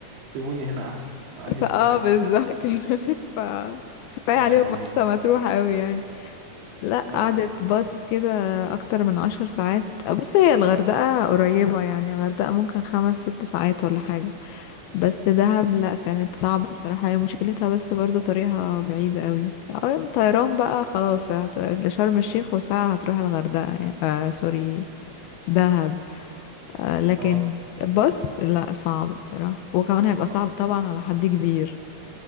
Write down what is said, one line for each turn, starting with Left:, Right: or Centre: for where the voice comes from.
Right: سيبوني هنا احسن ايوه
Left: فاه
Right: ايوه
Left: بالظبط <laughs> يعني ف كفايه
Right: يا
Left: عليهم
Right: لهوي
Left: مرسى مطروح قوي يعني لا
Right: اه
Left: قعدت باص كده اكتر من عشر ساعات بص هي الغردقه قريبه يعني الغردقه ممكن خمس ست ساعات ولا حاجه بس دهب لا كانت صعبة بصراحة هي مشكلتها بس برضو طريقها بعيد قوي او طيران بقى خلاص هت... لشرم الشيخ وساعة هتروح الغردقة يعني آه سوري دهب آه لكن
Right: اه
Left: بس لا صعب بصراحة وكمان هيبقى صعب
Right: آه.
Left: طبعا على حد كبير